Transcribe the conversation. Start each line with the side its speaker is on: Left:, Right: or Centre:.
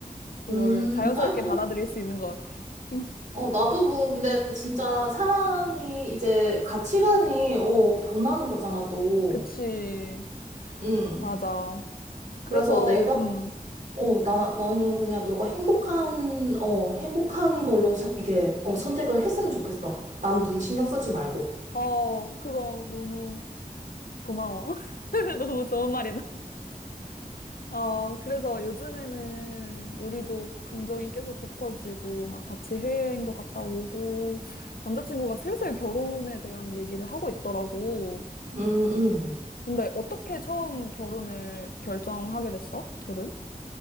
Left: 그걸
Right: 음,
Left: 자연스럽게
Right: 아니, 뭐,
Left: 받아들일 수 있는 것 같아. 음,
Right: 어, 나도 뭐, 근데 진짜 사람이 이제 가치관이, 어, 변하는 거잖아, 또.
Left: 그치.
Right: 음,
Left: 맞아. 그래서,
Right: 그래서 내가
Left: 음,
Right: 어, 나, 나는 그냥 너가 행복한, 어, 행복한 걸로 선- 이게, 어, 선택을 했으면 좋겠어. 남 눈 신경 쓰지 말고.
Left: 어, 그거 너무 고마워. <laughs> 너무 좋은 말이다. 어, 그래서 요즘에는 우리도 감정이 계속 깊어지고, 막 같이 해외여행도 갔다 오고, 남자친구가 슬슬 결혼에 대한 얘기를 하고 있더라고.
Right: 음, 음.
Left: 근데 어떻게 처음 결혼을 결정하게 됐어? 둘은?